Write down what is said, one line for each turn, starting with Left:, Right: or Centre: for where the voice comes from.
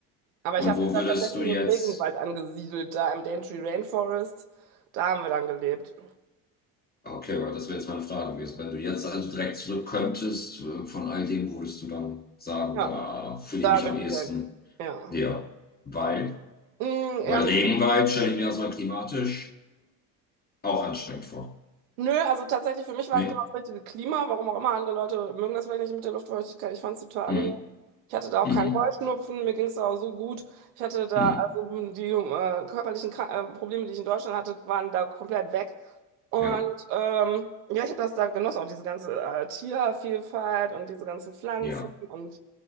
Right: Aber
Left: Und
Right: ich habe
Left: wo
Right: mich da
Left: würdest
Right: tatsächlich
Left: du
Right: im
Left: jetzt
Right: Regenwald angesiedelt, da im Daintree Rainforest. Da haben wir dann gelebt.
Left: Okay, aber das wäre jetzt meine Frage gewesen. Wenn du jetzt also direkt zurück könntest, äh, von all dem würdest du dann sagen,
Right: Ja,
Left: da fühle
Right: da
Left: ich mich
Right: will
Left: am ehesten
Right: ich wieder hin. Ja.
Left: näher. Weil,
Right: Mm,
Left: weil
Right: ja,
Left: Regenwald stelle ich mir erstmal klimatisch auch anstrengend vor.
Right: Nö, also tatsächlich für mich war
Left: Ne?
Right: es genau das richtige Klima, warum auch immer. Andere Leute mögen das vielleicht nicht mit der Luftfeuchtigkeit. Ich fand es total angenehm.
Left: Mhm.
Right: Ich hatte da auch
Left: Mhm.
Right: keinen Heuschnupfen, mir ging es auch so gut. Ich hatte da,
Left: Mhm.
Right: also die äh, körperlichen Kra- äh, Probleme, die ich in Deutschland hatte, waren da komplett weg. Und
Left: Ja,
Right: ähm, ja, ich habe das da genossen, auch diese ganze äh, Tiervielfalt und diese ganzen Pflanzen.
Left: ja.
Right: und